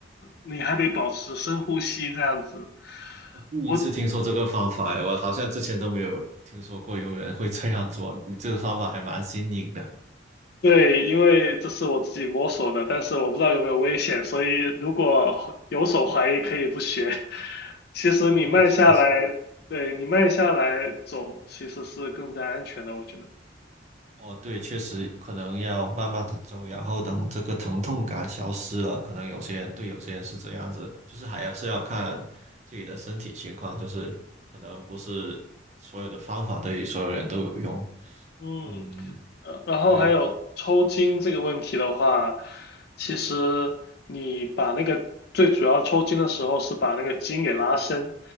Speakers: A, on the left; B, on the right.
A: 你还得保持深呼吸这样子。
B: 我第一次听说这个方法，
A: 我
B: 哎，我好像之前都没有听说过有人会这样做，你这个方法还蛮新颖的。
A: 对，因为这是我自己摸索的，但是我不知道有没有危险，所以如果有所怀疑，可以不学。其实你慢下来，
B: 我实。
A: 对，你慢下来走，其实是更加安全的，我觉得。
B: 哦，对，确实可能要慢慢的走，然后等这个疼痛感消失了，可能有些人对有些人是这样子，就是还要是要看自己的身体情况，就是可能不是所有的方法对所有人都有用。
A: 嗯，
B: 嗯，
A: 呃，然后还有抽筋这个问题的话，
B: 对，
A: 其实你把那个最主要抽筋的时候是把那个筋给拉伸，